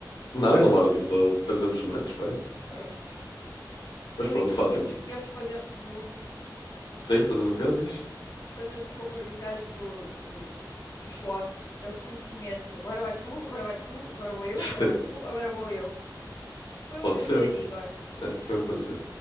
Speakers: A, on the left; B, on the left.
A: Não, ele mora tipo a 300 metros, vai.
B: pronto.
A: Mas
B: Eu
A: pronto,
B: e tu
A: Fátima.
B: íamos, íamos fazendo,
A: Sim, fazendo o quê, diz?
B: fazendo como os gajos do, do os SWAT, é o reconhecimento. Agora vai tu, agora vai tu, agora vou eu,
A: <laughs>
B: agora vai tu, agora vou eu. Foi um
A: Pode
B: prazer,
A: ser.
B: Igor.
A: É, foi um prazer.